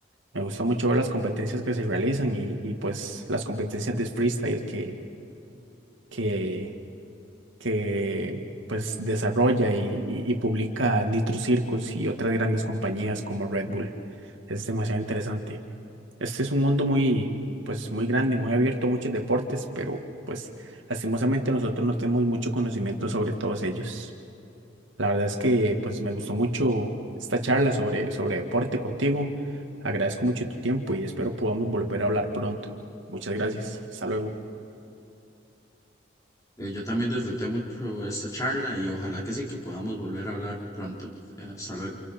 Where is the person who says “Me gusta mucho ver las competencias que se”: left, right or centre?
Right